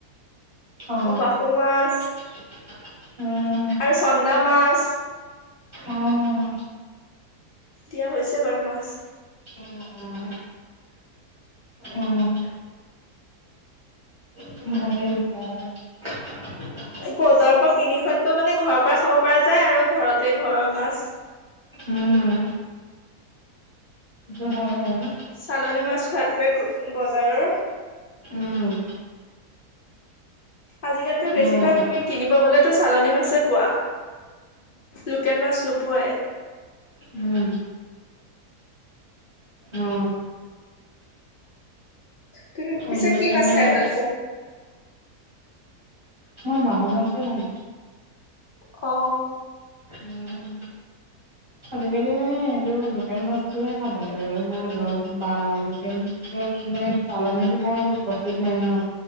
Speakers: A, on the right; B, on the left.
A: অ
B: বাহুমাছ
A: <unintelligible> উম
B: আৰু চন্দা মাছ
A: অ'।
B: দিয়া হৈছে বাৰু মাছ।
A: উম উম উম। ভালে শুইছে আৰু।
B: বজাৰ পৰা কিনি খোৱাতকৈ মানে ঘৰৰ পৰা খাব পৰা যায় আৰু ঘৰতে ঘৰৰ মাছ।
A: উম। উম, হম।
B: চালনী মাছ খোৱাতক বজাৰৰ
A: উম।
B: আজিকালিটো বেছিভাগ
A: উম
B: তুমি কিনিব গ'লেতো চালনী মাছেই পোৱা, লোকেল মাছ নোপোৱাই।
A: উম। অ
B: তুমি পিছে
A: আজিকালি
B: কি মাছ
A: মানে
B: খাই ভাল পোৱা?
A: মই বাহু মাছে ভাল
B: অ।
A: উম। আজিকালি মানে সেইটো লোকেল মাছটোহে খাব লাগে বৰ দৰব বা লোকেলটোৱে মানে চালনিটো খাই আকৌ প্ৰটিন নাই ন,